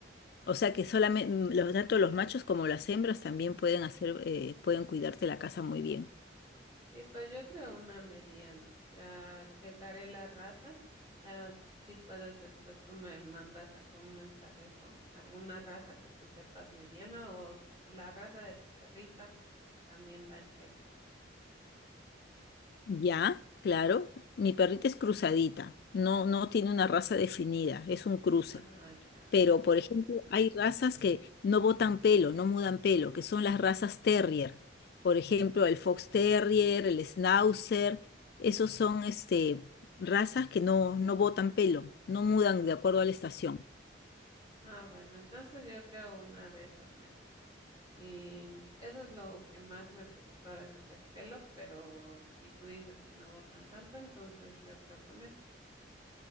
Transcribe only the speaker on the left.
O sea que solamente,
tanto los machos como las hembras también pueden hacer, eh, pueden cuidarte la casa muy bien.
Ya, claro. Mi perrita es cruzadita, no, no tiene una raza definida, es un cruce.
Pero, por ejemplo,
hay razas que no botan pelo, no mudan pelo, que son las razas terrier. Por ejemplo, el Fox Terrier, el Schnauzer, esos son este, razas que no, no botan pelo, no mudan de acuerdo a la estación.